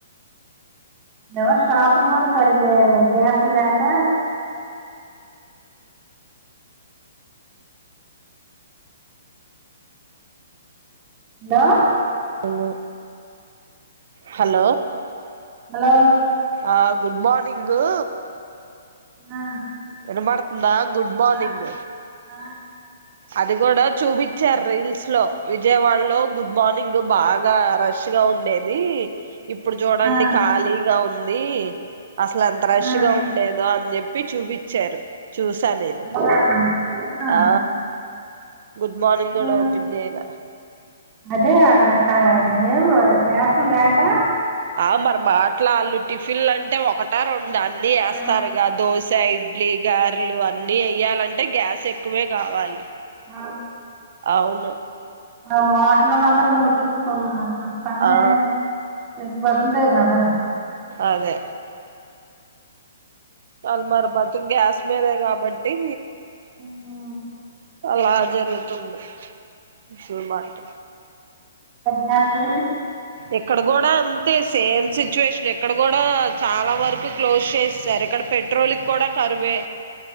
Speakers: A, on the right (about 30°); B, on the right (about 60°).
A: ఏమో షాపులో కూడా సరిగ్గా గ్యాస్ లేక హలో
B: లో హలో
A: హలో
B: ఆ గుడ్ మార్నింగు
A: ఆ
B: వినపడుతుందా గుడ్ మార్నింగ్
A: ఆ ఆ
B: అది కూడా చూపించారు రీల్స్ లో విజయవాడ లో గుడ్ మార్నింగ్ బాగా రష్గా ఉండేది ఇప్పుడు చూడండి
A: ఆ
B: ఖాళీగా ఉంది ది అసలు ఎంత రష్గా
A: ఆ
B: ఉండేదో అని చెప్పి చెప్పి చూపించారు చూసా నేను
A: అవునా ఆహా
B: ఆ గుడ్ మార్నింగ్ గూడా
A: ఏ
B: ఓపన్ చేయలే
A: అదే అక్కడ కా లేవు గ్యాసులు లేక
B: ఆ మన మాటలా వాళ్ళు టిఫిన్లు అంటే ఒకట రెం డా అన్నీ వెస్తారుగా
A: ఆ
B: దోస ఇడ్ డ్లి గారెలు అన్నీ ఎయ్యాలంటే గ్యాస్ ఎక్కువే కావాలి
A: అ
B: అవును
A: అవి బ పిల్లలు అందరూ మూసేసుకోన్నారు పనే
B: ఆ
A: ఇబ్బందే కదా
B: అదే వాళ్ళ మరి బతుకు గ్యాస్ మీదే కాబట్టి
A: అమ్మ
B: అలా జరుగుతుంది షూర్ మాట్
A: బస్సు
B: ఇక్కడ కూడా అంతే సేమ్ సిచ్యుయేషన్ ఇక్కడ కూడా చాలా వరకు క్లోజ్ చేస్తారు ఇక్కడ పెట్రోల్కి కూడా కరువే